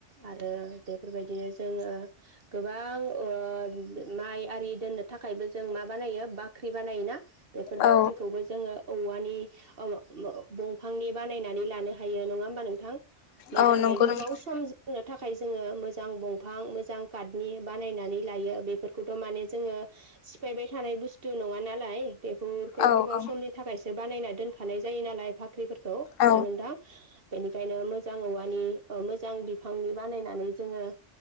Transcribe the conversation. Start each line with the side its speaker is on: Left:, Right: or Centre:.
Right: आरो बेफोरबायदिनो जोङो गोबां ओ माइ आरि दोननो थाखायबो जों मा बानायो बाख्रि बानायोना बेफोर
Left: औ
Right: बाख्रिखौबो जोङो औवानि वौ वौ दंफांनि बानायनानै लानो हायो नङा होमबा नोंथां मोजांयै
Left: औ नंगौ
Right: गोबाव
Left: नोंथां
Right: सम जोंनो थाखाय थाखाय जोङो मोजां दंफां मोजां काटनि बानायनानै लायो बेफोरखौथ' माने जोङो सिफायबाय थानाय बुस्थु नङा नालाय। बेफोरखौ
Left: औ
Right: गोबाव
Left: औ
Right: समनि थाखायसो। बानायना दोनखानाय जायो नालाय भाग ख्रिफोरखौ
Left: औ
Right: ना नोंथां बेनिखायनो मोजां औवानि औ मोजां बिफांनि बानायनानै जोङो